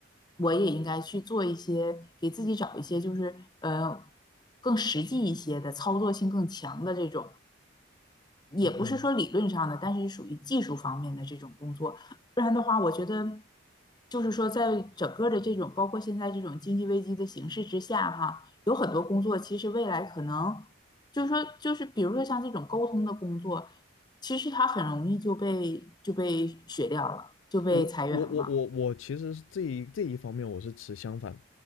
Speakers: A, on the left (about 20°); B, on the left (about 70°).
A: 我也应该去做一些，给自己找一些，就是呃更实际一些的操作性更强的这种。也不是说理论上的，
B: 嗯嗯，
A: 但是属于技术方面的这种工作。不然的话，我觉得就是说，在整个的这种包括现在这种经济危机的形势之下，哈，有很多工作其实未来可能就是说，就是比如说像这种沟通的工作，其实它很容易就被就被雪掉了，就被裁员了。
B: 我我我我我其实是这一这一方面我是持相反